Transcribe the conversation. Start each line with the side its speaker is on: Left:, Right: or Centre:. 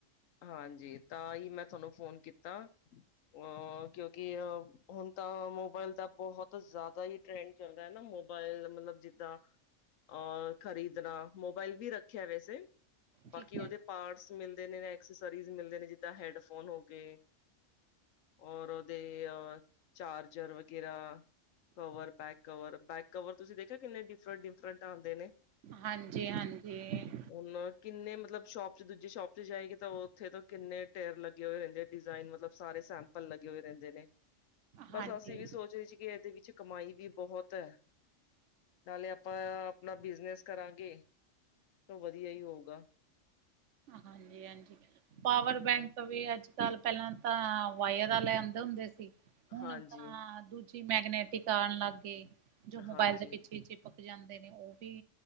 Left: ਹਾਂਜੀ ਤਾਂ ਹੀ ਮੈਂ ਤੁਹਾਨੂੰ ਫੋਨ ਕੀਤਾ ਅ ਕਿਉਂਕਿ ਹੁਣ ਤਾਂ ਮੋਬਾਇਲ ਦਾ। ਬਹੁਤ ਜ਼ਿਆਦਾ ਹੀ ਟਰੈਂਡ ਚੱਲ ਰਿਹਾ ਐ ਨਾ ਮੋਬਾਇਲ ਮਤਲਬ ਜਿੱਦਾਂ ਅ ਖ਼ਰੀਦਣਾ ਮੋਬਾਇਲ ਵੀ ਰੱਖਿਆ ਵੈਸੇ ਬਾਕੀ
Right: ਠੀਕ
Left: ਉਹਦੇ
Right: ਹੈ।
Left: ਪਾਰਟਸ ਮਿਲਦੇ ਨੇ ਐਕਸਸਰੀਜ਼ ਮਿਲਦੇ ਨੇ ਜਿੱਦਾਂ ਹੈਡਫੋਨ ਹੋ ਗਏ। ਔਰ ਉਹਓਦੇ ਚਾਰਜਰ ਵਗੈਰਾ cover back cover back cover ਤੁਸੀਂ ਦੇਖਿਆ ਕਿੰਨੇ ਡਿਫਰਟ ਡਿਫਰੈਂਟ ਆਉਂਦੇ ਨੇ।
Right: ਹਾਂਜੀ। ਹਾਂਜੀ ਹਾਂਜੀ।
Left: ਹੁਣ ਕਿੰਨੇ ਮਤਲਬ ਸ਼ੋਪ ਚ ਦੂਜੇ ਸ਼ੋਪ ਚ ਜਾਏਗੀ ਤਾਂ ਉੱਥੇ ਤੋਂ ਕਿੰਨੇ ਟੇਰ ਲੱਗੇ ਹੋਏ ਰਹਿੰਦੇ ਡਿਜ਼ਾਇਨ ਮਤਲਬ ਸਾਰੇ ਸੈਂਪਲ ਲੱਗੇ ਹੋਏ ਰਹਿੰਦੇ ਨੇ। ਬਸ
Right: ਹਾਂਜੀ,
Left: ਅਸੀਂ ਵੀ ਸੋਚ ਰਹੇ ਸੀ ਕਿ ਇਹਦੇ ਵਿੱਚ ਕਮਾਈ ਵੀ ਬਹੁਤ ਹੈ ਨਾਲੇ ਆਪਾਂ ਆਪਣਾ ਬਿਜਨਸ ਕਰਾਂਗੇ। ਤਾਂ ਵਧੀਆ ਹੀ ਹੋਊਗਾ।
Right: ਹਾਂਜੀ ਹਾਂਜੀ ਪਾਵਰ
Left: ਹਮ
Right: ਬੈਂਕ ਵੇ ਅੱਜ ਸਾਲ ਪਹਿਲਾਂ ਤਾਂ ਵਾਇਰ ਵਾਲ ਲੈ ਆਉਂਦੇ ਹੁੰਦੇ ਸੀ ਹੁਣ
Left: ਹਾਂਜੀ
Right: ਤਾਂ ਦੂਜੇ ਜ ਮੈਗਨੈਟਿਕ ਆ ਲੱਗ ਗਏ ਜੋ ਮੋਬਾਇਲ
Left: ਹਾਂਜੀ
Right: ਦੇ ਪਿੱਛੇ ਪਕ ਜਾਂਦੇ ਨੇ ਉਹ ਵੀ